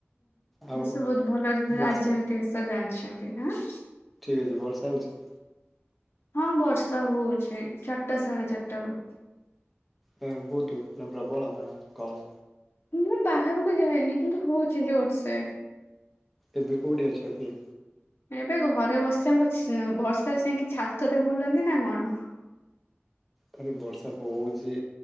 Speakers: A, in the centre; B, on the left.
A: ଆଉ
B: ସେ ବହୁତ ଭଲ
A: ବର୍ଷା
B: ରାଜନୀତି ବିଷୟରେ ଜାଣିଛନ୍ତି ଆଁ।
A: ଠିକ ବର୍ଷା ହଉଛି।
B: ହଁ ବର୍ଷା ହଉଛି ଚାରଟା ସାଢେ ଚାରଟା ରୁ।
A: ହଁ ବହୁତ ନା ପ୍ରବଳ ନା କମ୍?
B: ମୁଁ ବାହାରକୁ ଯାଇନି କିନ୍ତୁ ହଉଛି ଜୋରସେ।
A: ଏବେ କଉଠି ଅଛ କି?
B: ଏବେ ଘରେ ବସଚେ ଙ୍କ ବର୍ଷାରେ ଯାଇକି ଛାତରେ ବୁଲନ୍ତି ନା କଣ।
A: ଖାଲି ବର୍ଷା ହଉଛି